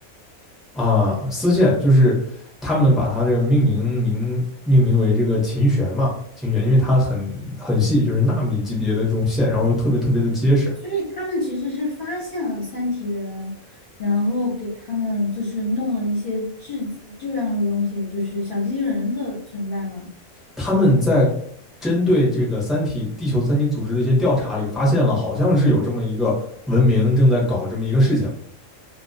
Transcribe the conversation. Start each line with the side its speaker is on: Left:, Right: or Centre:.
Centre: 啊，丝线就是他们把它这个命名名命名为这个琴弦嘛，琴弦，因为它很很细，就是纳米级别的这种线，然后又特别特别的结实。
Left: 所以他们其实是发现了三体人，然后给他们就是弄了一些质子这样的东西，就是小机器人的存在嘛。
Centre: 他们在针对这个三体地球三体组织的一些调查里，发现了好像是有这么一个文明正在搞这么一个事情，